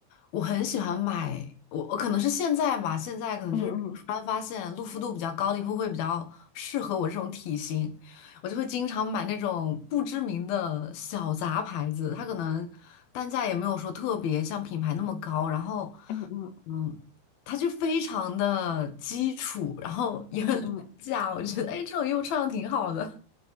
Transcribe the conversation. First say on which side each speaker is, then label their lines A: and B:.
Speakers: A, on the left; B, on the left.
A: 我很喜欢买，我我可能是现在吧，现在可能就是突然发现露肤度比较高的衣服会比较适合我这种体型，
B: 嗯嗯
A: 我就会经常买那种不知名的小杂牌子，它可能单价也没有说特别像品牌那么高，然后
B: 嗯嗯
A: 嗯，它就非常的基础，然后也很廉价，
B: 嗯嗯，
A: 我觉得哎，这种衣服穿的挺好的。